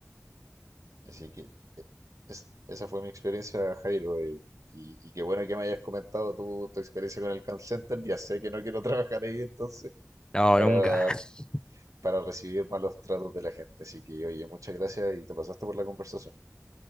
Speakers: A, on the right (about 80°); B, on the left (about 15°).
A: Así que eh, es- esa fue mi experiencia, Jairo. eh, y, y qué bueno que me hayas comentado tu, tu experiencia con el call center. Ya sé que no quiero <laughs> trabajar ahí entonces
B: No,
A: para,
B: nunca. <laughs>
A: para recibir malos tratos de la gente. Así que, oye, muchas gracias y te pasaste por la conversación.